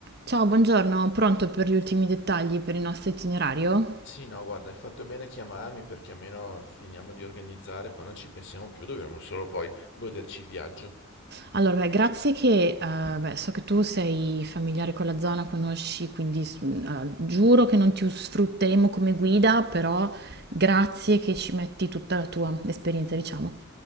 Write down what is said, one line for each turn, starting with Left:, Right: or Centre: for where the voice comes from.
Right: Ciao, buongiorno, pronto per gli ultimi dettagli per il nostro itinerario?
Left: Sì, no, guarda, hai fatto bene a chiamarmi perché almeno finiamo di organizzare, poi non ci pensiamo più, dovremo solo poi goderci il viaggio.
Right: Allora, beh, grazie che, eh, beh, so che tu sei familiare con la zona, conosci, quindi s- mm, allora, giuro che non ti sfrutteremo come guida, però grazie che ci metti tutta la tua esperienza, diciamo.